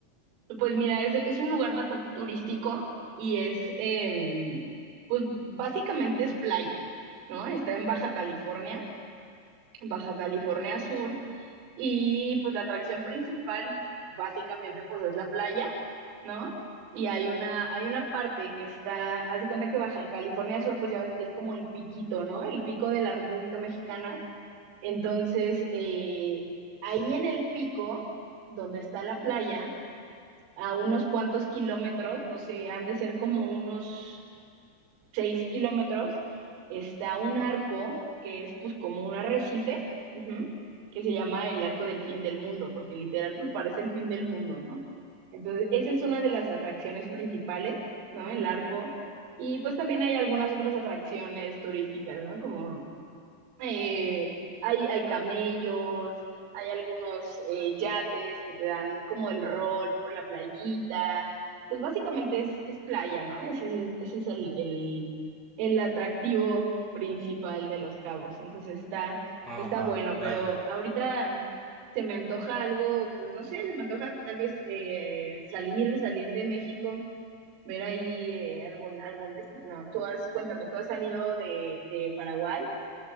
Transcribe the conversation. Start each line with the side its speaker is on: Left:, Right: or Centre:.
Right: Pues mira, es, es un lugar bastante turístico y es, em, pues básicamente es playa, ¿no? Está en Baja California Baja California Sur. Y pues la atracción principal básicamente pues es la playa, ¿no? Y hay una, hay una parte que está, haz de cuenta que Baja California Sur pues ya ves que es como el piquito, ¿no? El pico de la República Mexicana. Entonces, eh, ahí en el pico, donde está la playa, a unos cuantos kilómetros, no sé, han de ser como unos seis kilómetros, está un arco que es pues como un arrecife, ujú, que se llama el arco del fin del mundo, porque literal pues parece el fin del mundo, ¿no? Entonces, esa es una de las atracciones principales, ¿no? El arco. Y pues también hay algunas otras atracciones turísticas, ¿no? Como eh, hay, hay camellos, hay algunos eh, yates que te dan como el rol por la playita. Pues básicamente es, es playa, ¿no? Ese, es- ese es el, el, el atractivo principal de Los Cabos. Entonces está,
Centre: Ah,
Right: está
Centre: va,
Right: bueno,
Centre: vaya.
Right: pero ahorita se me antoja algo, pues no sé, se me antoja tal vez eh, salir, salir de México, ver ahí eh, algún, algún destino. Tú has, cuéntame, ¿tú has salido de, de Paraguay?